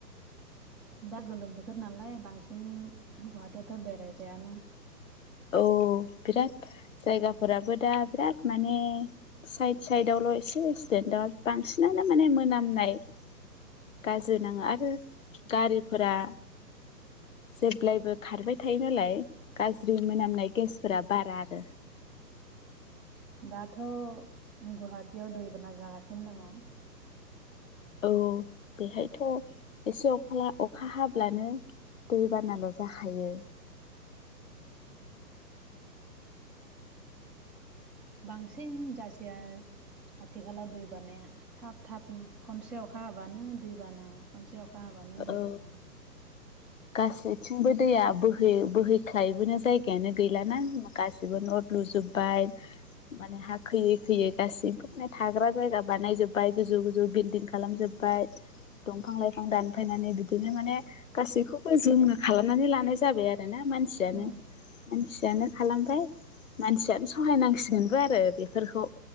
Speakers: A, in the centre; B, on the left (about 50°).
A: दा गोलोम बोथोर नालाय बांसिन गुवाहाटियावथ' बेरायजायानो
B: औ बिराद जायगाफोराबो दा बिराद माने साइद साइदावल' एसे एक्सिडेन्टआव बांसिनानो माने मोनामनाय गाज्रि नाङो आरो गारिफोरा जेब्लायबो खारबाय थायो नालाय ज्रि मोनामनाय गेसफोरा बारा आरो
A: दाथ' गुवाहाटियाव दैबाना जागासिनो दङ
B: औ बेहायथ' एसे अखा अखा हाब्लानो दै बानाल' जाखायो
A: बांसिन जासेया आथिखालाव दै बानाया थाब थाबनो खनसे अखा हाबानो दैबाना खनसे अखा हाबानो दैबाना
B: औ गासैथिंबो दैया बोहै बोहैख्लायबोनो जायगायानो गैलाना गाससिबो न' लुजोब्बाय माने हा खोयै खोयै गासिबो माने थाग्रा जायगा बानायजोब्बाय गोजौ गोजौ बिल्दिं खालामजोब बाय दंफां लाइफां दानफायनानै बिदिनो माने गासैखौ बो जोंनो खालामनानै लानाय जाबाय आरो ना मानसियानो
A: औ
B: मानसियानो खालामबाय मानसियानो सहायनांसिगोनबो आरो बेफोरखौ